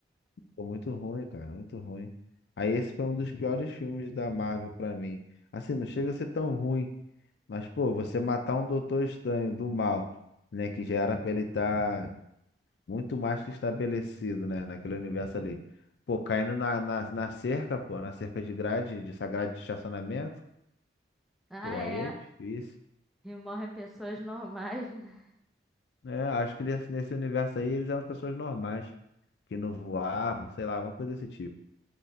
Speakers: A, on the left (about 65°); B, in the centre.
A: Ficou muito ruim, cara, muito ruim. Aí esse foi um dos piores filmes da Marvel pra mim. Assim, não chega a ser tão ruim, mas, pô, você matar um Doutor Estranho do mal, né, que já era pra ele estar Muito mais que estabelecido, né? Naquele universo ali. Pô, caindo na, na, na cerca, pô, na cerca de grade, de essa grade de estacionamento,
B: Ah,
A: pô, aí
B: é.
A: é difícil.
B: E morrem pessoas normais, né?
A: É, acho que nesse, nesse universo aí eles eram pessoas normais, que não voavam, sei lá, alguma coisa desse tipo.